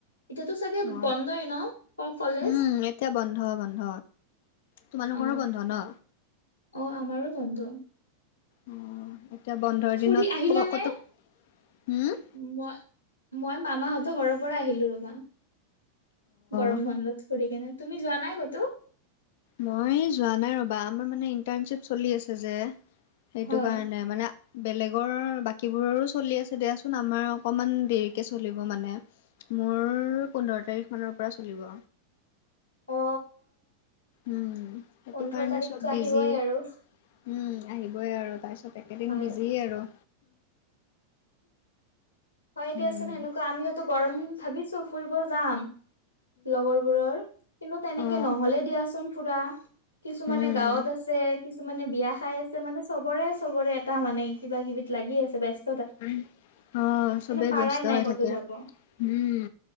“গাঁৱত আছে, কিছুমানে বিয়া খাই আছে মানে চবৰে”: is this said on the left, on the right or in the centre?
Left